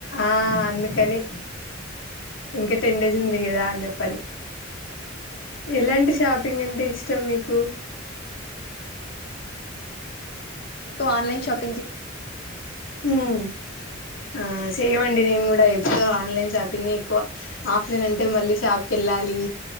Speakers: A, on the left; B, on the left.
A: ఆ అందుకని ఇంకా టెన్ డేస్ ఉంది కదా అని చెప్పని ఎలాంటి షాపింగ్ అంటే ఇష్టం మీకు
B: <unintelligible> ఆన్లైన్ షాప్
A: హుమ్ ఆ చేయమండి నేను కూడా ఎప్పుడు ఆన్లైన్ షాపింగ్ ఎక్కువ ఆఫ్లైన్ అంటే మళ్ళీ షాప్ కెళ్ళాలి